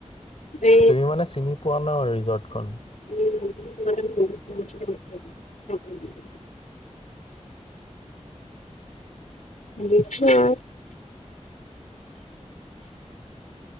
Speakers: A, on the left; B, on the left.
A: এই
B: তুমি মানে চিনি পোৱা ন ৰিজৰ্ট খন।
A: উম <unintelligible> বিশ্বাস